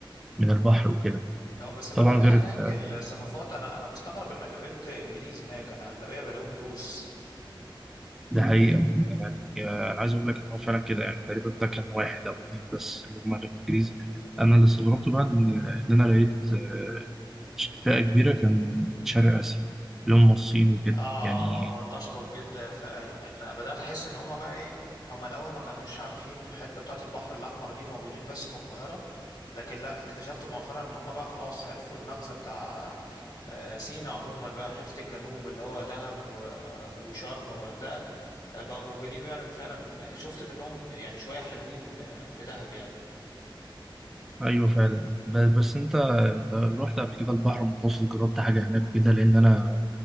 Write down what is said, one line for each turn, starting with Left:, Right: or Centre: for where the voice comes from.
Centre: من البحر وكده
Left: اه بس الاغلبيه
Centre: طبعا غير
Left: هناك
Centre: ال-
Left: الثقافات انا انا مستغرب انك قابلت انجليز هناك انا اغلبيه بلاقيهم روس
Centre: ده حقيقة يا- عايز اقول لك ان هو فعلا كده يعني تقريبا ده كان واحد او اثنين بس اللي هم كانوا انجليزي انا اللي استغربته بقى ان ان انا لقيت آه، فئه كبيره كان من شرق اسيا اللي هم الصين وكده
Left: اه
Centre: يعني
Left: اه هم انتشروا بجد ف... يعني انا بدات احس ان هما بقى ايه هما الاول ما كانوش عارفين الحته بتاعه البحر الاحمر دي موجودين بس في القاهره لكن لا اكتشفت مؤخرا ان هما بقى خلاص عرفوا المغزى بتاع آه، سينا عموما بقى حته الجنوب اللي هو دهب و- وشرم والغردقه آه، بقوا موجودين فعلا فعلا شفت منهم يعني شويه حلوين آه، في دهب يعني
Centre: ايوه فعلا ب- بس انت انت رحت قبل كده البحر المتوسط جربت حاجه هناك وكده لان انا